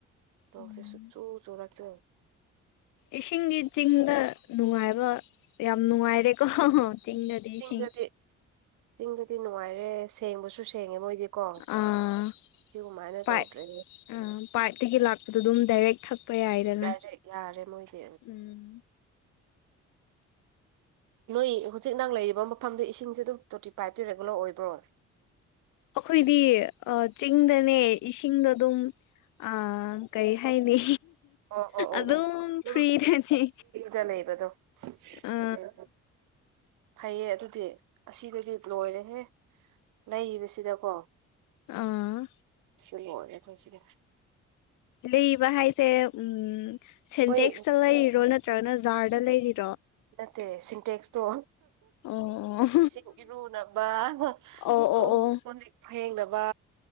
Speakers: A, on the right; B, on the left.
A: ꯅꯣꯡꯁꯦ
B: ꯎꯝ
A: ꯁꯨꯛ ꯆꯨ ꯆꯨꯔꯛꯇ-
B: ꯏꯁꯤꯡꯗꯤ ꯆꯤꯡꯗ ꯅꯨꯡꯉꯥꯏꯕ ꯌꯥꯝ ꯅꯨꯡꯉꯥꯏꯔꯦꯀꯣ ꯆꯤꯡꯗꯗꯤ
A: ꯆꯤꯡꯗꯗꯤ
B: ꯏꯁꯤꯡ
A: ꯆꯤꯡꯗꯗꯤ ꯅꯨꯡꯉꯥꯏꯔꯦ ꯁꯦꯡꯕꯁꯨ ꯁꯦꯡꯉꯦ ꯃꯣꯏꯗꯤ ꯀꯣ
B: ꯑꯥ
A: ꯁꯤꯒꯨꯝꯃꯥꯏꯅ
B: ꯄꯥꯏꯞ
A: ꯇꯧꯗ꯭ꯔꯦ
B: ꯑꯥ ꯄꯥꯏꯞꯇꯒꯤ ꯂꯥꯛꯄꯗ ꯑꯗꯨꯝ ꯗꯥꯏꯔꯦꯛ ꯊꯛꯄ ꯌꯥꯏꯗꯅ
A: ꯗꯥꯏꯔꯦꯛ ꯌꯥꯔꯦ ꯃꯣꯏꯗꯤ
B: ꯎꯝ
A: <inaudible> ꯅꯣꯏ ꯍꯧꯖꯤꯛ ꯅꯪ ꯂꯩꯔꯤꯕ ꯃꯐꯝꯗꯣ ꯏꯁꯤꯡꯁꯦ ꯑꯗꯨꯝ ꯇꯣꯇꯤ ꯄꯥꯏꯞꯇꯤ ꯔꯦꯒꯨꯂꯔ ꯑꯣꯏꯕ꯭ꯔꯣ
B: ꯑꯈꯣꯏꯗꯤ ꯑ ꯆꯤꯡꯗꯅꯦ ꯏꯁꯤꯡꯗꯣ ꯗꯨꯝ ꯑ ꯀꯩ ꯍꯥꯏꯅꯤ
A: ꯑꯣ ꯑꯣ ꯑꯣ
B: ꯑꯗꯨꯝ
A: ꯑꯣ ꯑꯗꯨꯝ
B: ꯐ꯭ꯔꯤꯗꯅꯤ
A: <unintelligible> ꯂꯩꯕꯗꯣ ꯎꯝ
B: ꯑ
A: ꯐꯩꯌꯦ ꯑꯗꯨꯗꯤ ꯑꯁꯤꯗꯗꯤ ꯂꯣꯏꯔꯦꯍꯦ ꯂꯩꯕꯁꯤꯗꯀꯣ
B: ꯑꯥ
A: ꯂꯣꯏꯔꯦ ꯈꯣꯏ ꯁꯤꯗ
B: ꯂꯩꯕ ꯍꯥꯏꯁꯦ ꯎꯝ ꯁꯦꯟꯇꯦꯛꯁꯇ
A: ꯍꯣꯏ
B: ꯂꯩꯔꯤꯔꯣ ꯅꯠꯇ꯭ꯔꯒꯅ ꯖꯥꯔꯗ ꯂꯩꯔꯤꯔꯣ
A: ꯅꯠꯇꯦ ꯁꯤꯟꯇꯦꯛꯁ ꯇꯣ
B: ꯑꯣ
A: ꯏꯁꯤꯡ ꯏꯔꯨꯅꯕ
B: ꯑꯣ
A: ꯀꯣꯝ
B: ꯑꯣ ꯑꯣ
A: ꯀꯣꯟꯂꯤꯛ ꯐꯦꯡꯅꯕ